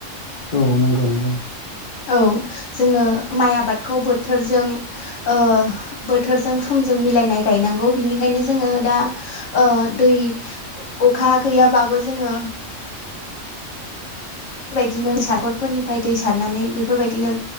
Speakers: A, on the left; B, on the left.
A: औ नंगौ नंगौ
B: औ जोङो माइ आबादखौ बोथोरजों ओ बोथोरजों समजों मिलायनाय गायनांगौ बिनिखायनो जोङो दा ओ दै अखा गैयाबाबो जोङो बेफोरबायदिनो सागरफोरनिफ्राय दै सारनानै बेफोरबायदिनो